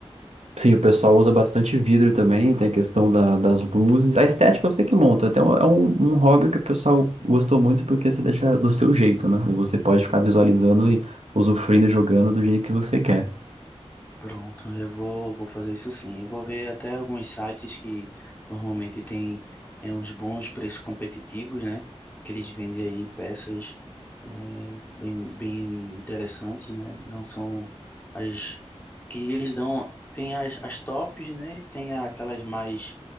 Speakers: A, on the right; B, on the left.
A: sim, o pessoal
B: Vou,
A: usa bastante vidro também, tem a questão da- das luzes. A estética você que monta, até é um, um hobby que o pessoal gostou muito porque você deixa do seu jeito, né? E você pode ficar visualizando e usufruindo e jogando do jeito que você quer.
B: Pronto, eu vou, vou fazer isso sim. Eu vou ver até alguns sites que normalmente tem é, uns bons preços competitivos, né? Que eles vendem aí peças é, bem, bem interessantes, né? Não são as que eles dão. Tem as, as tops, né? E tem aquelas mais,